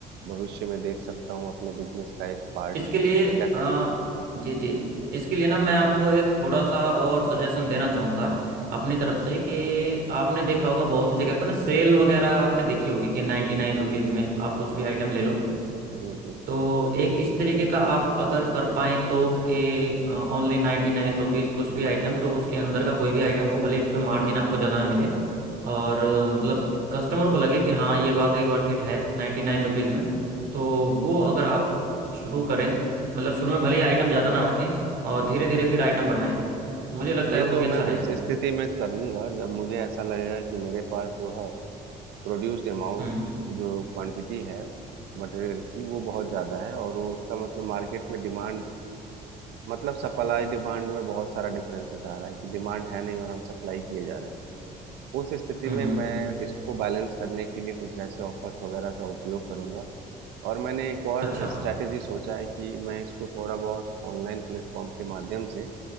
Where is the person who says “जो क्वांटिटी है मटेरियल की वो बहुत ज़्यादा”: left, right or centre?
Right